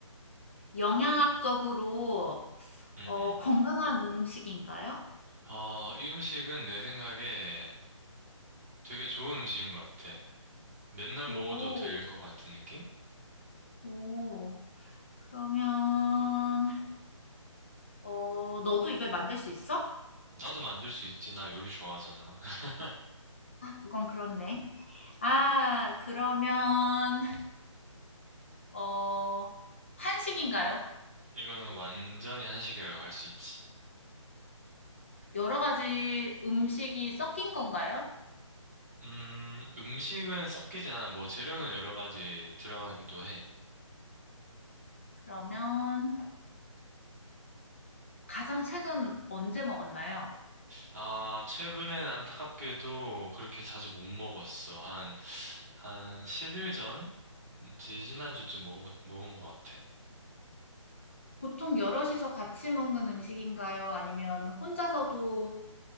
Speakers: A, on the left (about 25°); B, on the right (about 30°).
A: 영양학적으로
B: 응,
A: 어,
B: 응.
A: 건강한 음식인가요?
B: 어, 이 음식은 내 생각에 되게 좋은 음식인 것 같아. 맨날
A: 오,
B: 먹어도 될 것 같은 느낌?
A: 오. 그러면 어, 너도 이걸 만들 수 있어?
B: 나도 만들 수 있지. 나 요리 좋아하잖아. <laughs>
A: 그건 그렇네. 아, 그러면 어, 한식인가요?
B: 이거는 완전히 한식이라고 할 수 있지.
A: 여러 가지 음식이 섞인 건가요?
B: 음, 음식은 섞이지 않아. 뭐 재료는 여러 가지 들어가기도 해.
A: 그러면 가장 최근 언제 먹었나요?
B: 아, 최근에는 안타깝게도 그렇게 자주 못 먹었어. 한, 한 10일 전? 음, 지지난주쯤 먹, 먹은 것 같아.
A: 보통 여럿이서 같이 먹는 음식인가요? 아니면 혼자서도